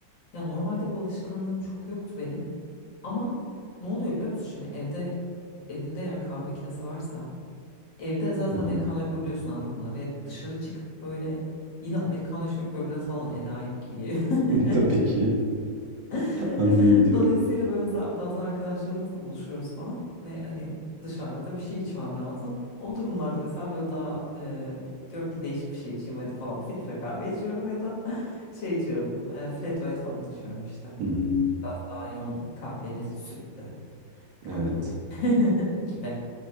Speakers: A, on the left; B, on the right.
A: Ya normalde bu alışkanlığım çok yoktu benim. Ama ne oluyor biliyor musun? Şimdi evde evinde eğer kahve makinesi varsa evde zaten
B: Hı hı.
A: americano yapabiliyorsun anladın mı? Ve dışarı çıkıp böyle yine americano içmek böyle biraz bana enayilik gibi geliyor. <laughs>
B: <laughs> Tabii ki.
A: <laughs>
B: Anlayabiliyorum.
A: Dolayısıyla böyle mesela bazen arkadaşlarımızla buluşuyoruz falan ve hani dışarıda bir şey içmem lazım. O durumlarda mesela böyle daha e, diyorum ki değişik bir şey içeyim hadi falan filtre kahve içiyorum ya da <laughs> şey içiyorum e, flat white falan içiyorum işte.
B: Hı hı.
A: Biraz daha yoğun kahveli sütlü kahve
B: Evet.
A: <laughs> gibi.